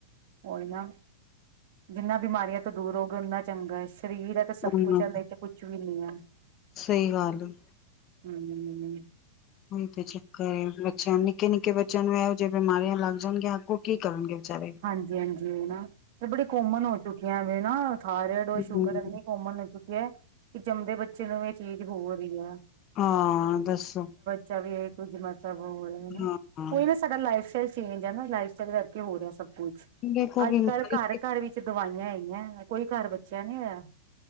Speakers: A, on the right; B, on the left.
A: ਔਈ ਨਾ। ਜਿੰਨਾ ਬਿਮਾਰੀਆਂ ਤੋਂ ਦੂਰ ਹੋਗੇ ਉਨਾ ਚੰਗਾ ਏ, ਸਰੀਰ ਅ ਤੇ ਸਭ
B: ਹੂੰ,
A: ਕੁਛ ਐ ਨਈ ਤਾਂ ਕੁਛ ਵੀ ਨੀ ਐ।
B: ਸਹੀ ਗੱਲ ਏ।
A: ਹੂੰ।
B: ਔਈ ਤੇ ਚੱਕਰ ਏ ਬੱਚਿਆਂ ਨੂੰ। ਨਿੱਕੇ-ਨਿੱਕੇ ਬੱਚਿਆਂ ਨੂੰ ਐਹੋ ਜਿਆ ਬਿਮਾਰੀਆਂ ਲੱਗ ਜਾਣਗੀਆਂ ਅੱਗੋ ਕੀ ਕਰਨਗੇ। ਵਿਚਾਰੇ।
A: ਹਾਂਜੀ ਹਾਂਜੀ, ਏਹ ਨਾ ਏ ਬੜੀ ਕੋਮਨ ਹੋ ਚੁੱਕੀਐ, ਐਵੇ ਨਾ ਥਾਇਰਡ ਔਰ ਸ਼ੂਗਰ
B: ਹੂੰ
A: ਏਨੀ ਕੋਮਨ ਹੋ ਚੁੱਕੀ ਐ ਕਿ ਜੰਮਦੇ ਬੱਚੇ ਨੂੰ ਏ ਚੀਜ਼ ਹੋਰੀ ਐ।
B: ਹਾਂ, ਦੱਸੋ।
A: ਚਾ ਵੀ ਏ, ਕੁੱਝ ਮਤਲਬ ਹੋ ਰੇਨਾ।
B: ਹਾਂ ਹਾਂ
A: ਓਹੀ ਨਾ ਸਾਡਾ ਲਾਈਫ ਸਟਾਈਲ ਚੇਂਜ ਐ ਨਾ ਲਾਈਫ ਸਟਾਈਲ ਕਰਕੇ ਹੋ ਰਿਐ ਸਭ ਕੁਛ।
B: ਦੇਖੋ
A: ਅੱਜ-ਕੱਲ੍ਹ
B: ਬਿਮਾਰੀ
A: ਘਰ-ਘਰ ਵਿੱਚ ਦਵਾਈਆਂ ਹੈਗੀਐ, ਕੋਈ ਘਰ ਬੱਚਿਆ ਨੀ ਹੋਇਆ।